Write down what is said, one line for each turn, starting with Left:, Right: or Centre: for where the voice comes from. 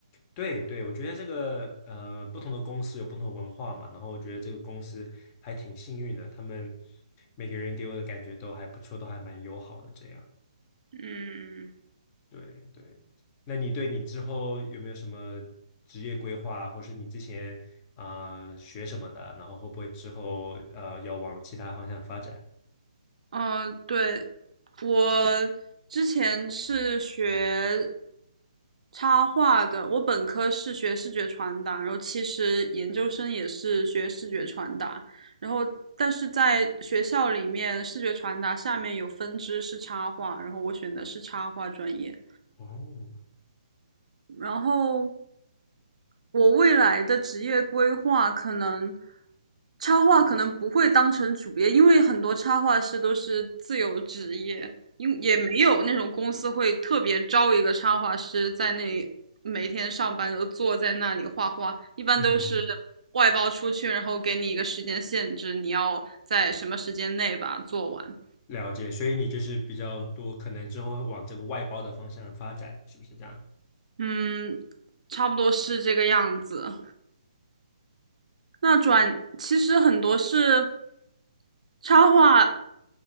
Left: 对对，我觉得这个呃，不同的公司有不同的文化嘛，然后我觉得这个公司还挺幸运的，他们每个人给我的感觉都还不错，都还蛮友好的这样。
Right: 嗯，
Left: 对对，那你对你之后有没有什么职业规划，或是你之前啊、呃学什么的，然后会不会之后呃要往其他方向发展？
Right: 哦，对，我之前是学插画的，我本科是学视觉传达，然后其实研究生也是学视觉传达，然后但是在学校里面，视觉传达下面有分支是插画，然后我选的是插画专业，
Left: 哦，
Right: 然后。我未来的职业规划可能，插画可能不会当成主业，因为很多插画师都是自由职业，因为也没有那种公司会特别招一个插画师在那每天上班都坐在那里画画，一般都是
Left: 嗯，
Right: 外包出去，然后给你一个时间限制，你要在什么时间内把它做完。
Left: 了解，所以你就是比较多，可能之后会往这个外包的方向发展，是不是这样？
Right: 嗯，差不多是这个样子。那转其实很多是插画